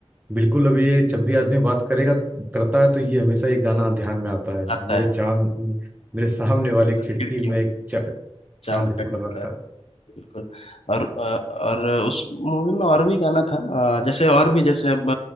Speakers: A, on the right (about 15°); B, on the left (about 70°).
A: बिल्कुल अभी ये जब भी आदमी बात करेगा करता है तो ये हमेशा ये गाना ध्यान में आता है
B: आता
A: मेरे
B: है
A: चांद मेरे सामने वाली खिड़की
B: खिड़की
A: में एक चा,
B: चांद
A: चांद सा
B: का
A: टुकड़ा
B: टुकड़ा
A: रहता
B: रहे
A: है
B: बिल्कुल और अ, और उस मूवी में और भी गाना था अ, जैसे और भी जैसे अब